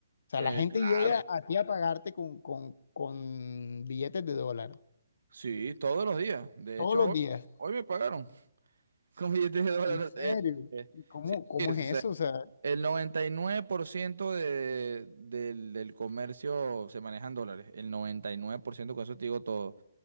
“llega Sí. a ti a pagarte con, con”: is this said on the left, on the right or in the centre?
Left